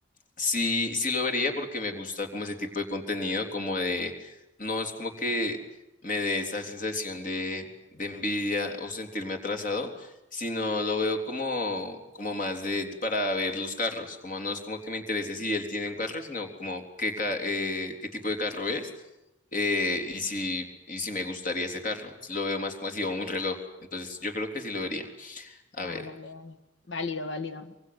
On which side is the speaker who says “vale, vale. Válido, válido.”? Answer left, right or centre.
Left